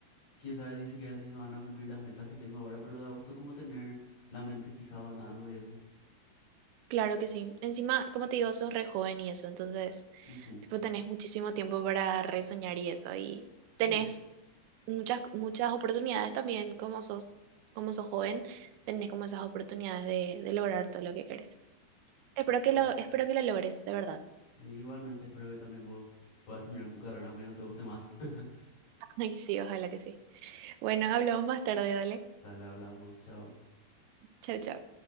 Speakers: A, on the left; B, on the right.
A: quién sabe si siquiera si se van a cumplir las metas que tengo ahora, pero da gusto como tener la mente fijada en algo y eso.
B: Claro que sí. Encima, como te digo, sos re joven y eso, entonces,
A: Ujú.
B: tipo, tenés muchísimo tiempo para resoñar y eso y
A: Sí.
B: tenés muchas muchas oportunidades también como sos como sos joven, tenés como esas oportunidades de, de lograr todo lo que querés. Espero que
A: Ujú.
B: lo espero que lo logres, de verdad.
A: Sí, igualmente espero que también vos puedas terminar tu carrera aunque no te guste más. <laughs>
B: <laughs> Ay, sí, ojalá que sí. Bueno, hablamos más tarde, dale.
A: Dale, hablamos, chao.
B: Chau, chau.